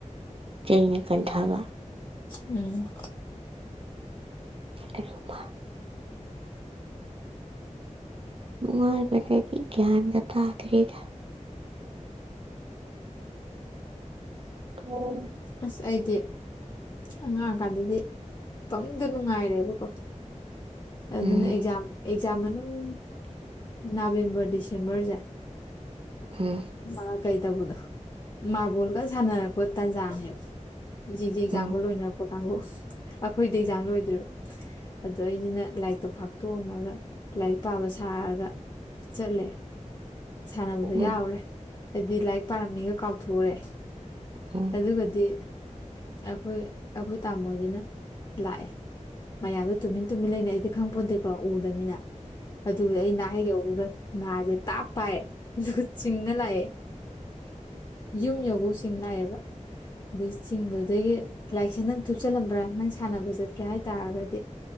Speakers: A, on the right; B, on the left.
A: ꯆꯩꯅ ꯀꯟꯊꯕ
B: ꯎꯝ
A: ꯑꯗꯨꯗꯒꯤ ꯃꯃꯥꯏꯗꯤ ꯒꯌꯥꯟꯒ ꯇꯥꯗꯔꯤꯗ <inaudible>
B: ꯑꯁ ꯑꯩꯗꯤ ꯑꯉꯥꯡꯑꯣꯏꯀꯥꯟꯗꯗꯤ ꯄꯪꯅꯨꯡꯗ ꯅꯨꯡꯉꯥꯏꯔꯦꯕꯀꯣ ꯑꯗꯨꯅ
A: ꯎꯝ
B: ꯑꯦꯛꯖꯥꯝ ꯑꯦꯛꯖꯥꯝ ꯃꯅꯨꯡ ꯅꯕꯦꯝꯕꯔ ꯗꯤꯁꯦꯝꯕꯔꯁꯦ꯫
A: ꯎꯝ
B: ꯃꯥ ꯀꯩ ꯇꯧꯕꯗꯣ ꯃꯥꯔꯕꯣꯜꯒ ꯁꯥꯟꯅꯔꯛꯄ ꯇꯥꯟꯖꯥꯅꯦꯕ ꯃꯤꯁꯤꯡꯁꯦ ꯑꯦꯛꯖꯥꯝꯒ
A: ꯎꯝ
B: ꯂꯣꯏꯅꯔꯛꯄ ꯀꯥꯡꯕꯨ ꯑꯩꯈꯣꯏꯗꯤ ꯑꯦꯛꯖꯥꯝ ꯂꯣꯏꯗ꯭ꯔꯤꯕ ꯑꯗꯣ ꯑꯩꯁꯤꯅ ꯂꯥꯏꯔꯤꯛꯇꯣ ꯐꯥꯛꯇꯣꯛꯑꯝꯃꯒ ꯂꯥꯏꯔꯤꯛ ꯄꯥꯕ ꯁꯥꯔꯒ ꯆꯠꯂꯦ ꯁꯥꯟꯅꯕꯗꯣ
A: ꯎꯝ
B: ꯌꯥꯎꯔꯦ ꯍꯥꯏꯗꯤ ꯂꯥꯏꯔꯤꯛ ꯄꯥꯔꯝꯃꯤꯒ ꯀꯥꯎꯊꯣꯛꯎꯔꯦ
A: <inaudible>
B: ꯑꯗꯨꯒꯗꯤ ꯑꯩꯈꯣꯏ ꯑꯩꯈꯣꯏ ꯇꯥꯃꯣꯁꯤꯅ ꯂꯥꯛꯑꯦ꯫ ꯃꯌꯥꯝꯗꯣ ꯇꯨꯃꯤꯟ ꯇꯨꯃꯤꯟ ꯂꯩꯅ ꯑꯩꯗꯤ ꯈꯪ ꯄꯣꯟꯗꯦꯀꯣ ꯎꯗꯃꯤꯅ ꯑꯗꯨꯗꯤ ꯑꯩ ꯅꯍꯩ ꯌꯧꯕꯒ ꯅꯍꯥꯁꯦ ꯇꯥꯞ ꯄꯥꯏꯔꯦ ꯑꯗꯨꯒ ꯆꯤꯡꯉ ꯂꯥꯛꯑꯦ꯫ ꯌꯨꯝ ꯌꯕꯧꯁꯤꯡ ꯂꯥꯛꯑꯦꯕ ꯑꯗꯩ ꯆꯤꯡꯕꯗꯒꯤ ꯂꯥꯏꯔꯤꯛꯁꯦ ꯅꯪ ꯊꯨꯞꯆꯜꯂꯝꯕ꯭ꯔꯥ ꯅꯪ ꯁꯥꯟꯅꯕ ꯆꯠꯀꯦ ꯍꯥꯏꯇꯥꯔꯒꯗꯤ